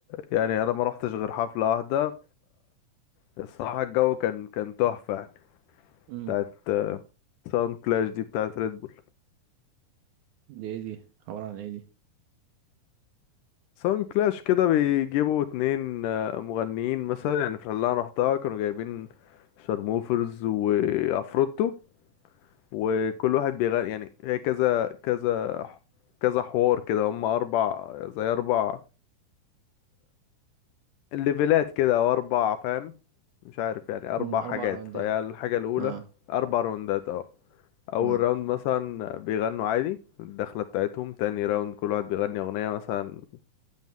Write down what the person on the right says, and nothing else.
امم
دي ايه دي عبارة عن ايه دي
امم اربع
راوندات
اه
اه